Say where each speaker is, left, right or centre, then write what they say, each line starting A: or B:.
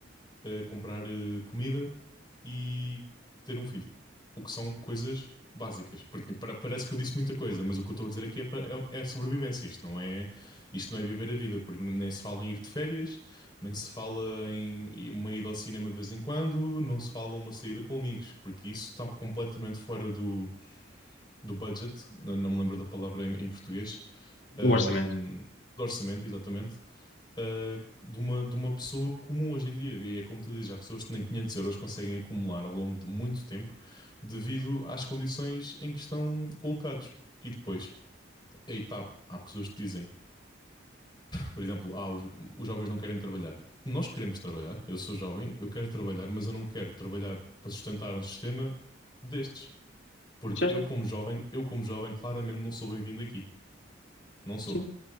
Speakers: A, on the left (about 25°); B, on the left (about 60°).
A: eh, comprar eh, comida e ter um filho. O que são coisas básicas. Porque pa- parece que eu disse muita coisa, mas o que eu estou a dizer aqui é, pa- é- é sobrevivência. Isto não é, isto não é viver a vida, porque n- nem se fala em ir de férias, nem se fala em i- uma ida ao cinema de vez em quando, não se fala uma saída com amigos, porque isso está completamente fora do, do budget, não, não me lembro da palavra em, em português, Ahm,
B: O orçamento,
A: do orçamento, exatamente ah, de uma, de uma pessoa comum hoje em dia. E é como tu dizes, há pessoas que nem 500 euros conseguem acumular ao longo de muito tempo devido às condições em que estão colocados. E depois, aí está, há pessoas que dizem, por exemplo, ah, os, os jovens não querem trabalhar. Nós queremos trabalhar, eu sou jovem, eu quero trabalhar, mas eu não quero trabalhar para sustentar um sistema destes. Porque
B: certo?
A: eu, como jovem, eu como jovem, claramente não sou bem-vindo aqui. Não sou.
B: Sim,